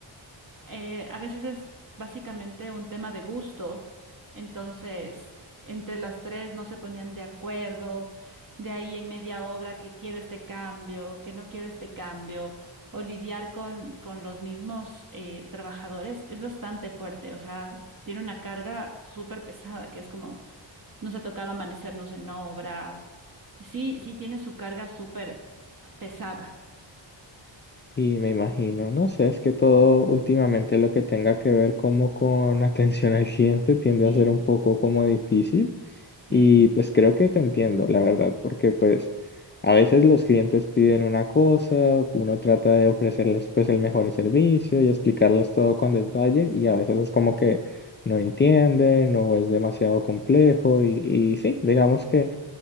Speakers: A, on the right (about 45°); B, on the left (about 25°).
A: eh, a veces es básicamente un tema de gusto, entonces entre las tres no se ponían de acuerdo, de ahí en media obra que quiero este cambio, que no quiero este cambio, o lidiar con, con los mismos eh, trabajadores es bastante fuerte, o sea, tiene una carga súper pesada, que es como nos ha tocado amanecernos en obras, sí, sí tiene su carga súper pesada,
B: Y me imagino, no sé, es que todo últimamente lo que tenga que ver como con <laughs> atención al cliente tiende
A: sí,
B: a ser un poco como difícil.
A: sí,
B: Y pues creo que te entiendo, la verdad, porque pues a veces los clientes piden una cosa, uno trata de ofrecerles pues el mejor servicio y explicarles todo con detalle y a veces es como que no entienden o es demasiado complejo y, y sí, digamos que...